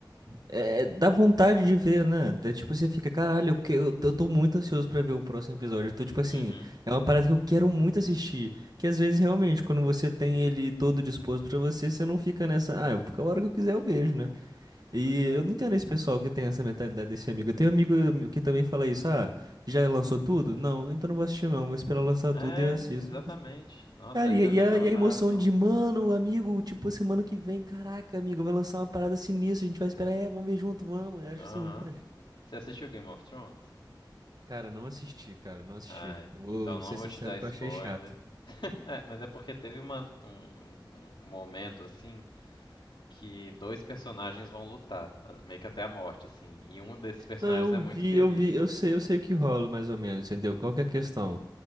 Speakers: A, on the right; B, on the left.
A: É, dá vontade de ver, né? Da, tipo, você fica, caralho, eu, que- eu, eu tô muito ansioso pra ver o próximo episódio. Eu tô, tipo assim,
B: Uhum.
A: é uma parada que eu quero muito assistir. Que às vezes, realmente, quando você tem ele todo disposto pra você, você não fica nessa, ah, porque a hora que eu quiser eu vejo, né? E
B: Pois é.
A: eu não entendo esse pessoal que tem essa mentalidade desse amigo. Eu tenho um amigo que também fala isso. Ah, já lançou tudo? Não, então não vou assistir não. Vou esperar lançar
B: É,
A: tudo e eu assisto.
B: exatamente.
A: Mas,
B: Nossa,
A: Cara,
B: aí
A: e,
B: faz
A: e
B: aquela
A: a, e
B: maratona.
A: a emoção de, mano, amigo, tipo, semana que vem, caraca, amigo, vai lançar uma parada sinistra, a gente vai esperar, é, vamos ver junto, vamos. Eu acho
B: Aham.
A: isso muito maneiro.
B: Você assistiu Game of Thrones?
A: Cara, não assisti, cara, não assisti.
B: Ai,
A: Eu Vou
B: então não
A: ser
B: vou
A: sincero
B: te dar
A: que
B: spoiler.
A: eu achei chato.
B: <laughs> É, mas é porque teve uma- um, um- um momento assim que dois personagens vão lutar, ah, meio que até a morte, assim. E um desses personagens
A: Não, eu
B: é
A: vi,
B: muito querido.
A: eu vi, eu sei, eu sei o que rola mais ou menos, entendeu? Qual que é a questão?